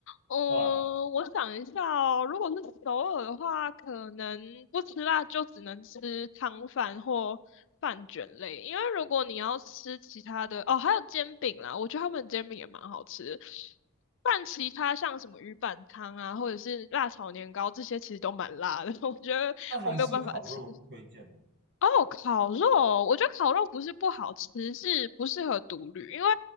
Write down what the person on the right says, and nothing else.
对啊，
那韩式烤肉不推荐吗？